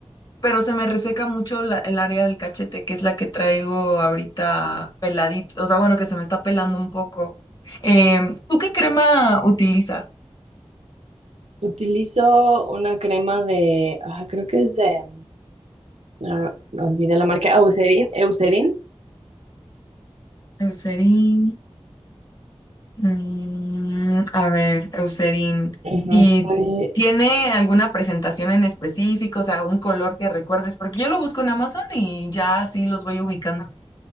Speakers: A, on the left; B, on the right.
A: pero se me reseca mucho la- el área del cachete, que es la que traigo ahorita peladito, o sea, bueno, que se me está pelando un poco. Em, ¿tú qué crema utilizas?
B: Utilizo una crema de, ah, creo que es de, ah, olvidé la marca, Eucerin. Eucerin.
A: Eucerin. Mm, a ver, Eucerin,
B: Ujú,
A: ¿y
B: Estoy,
A: tiene alguna presentación en específico, o sea, un color que recuerdes? Porque yo lo busco en Amazon y ya así los voy ubicando.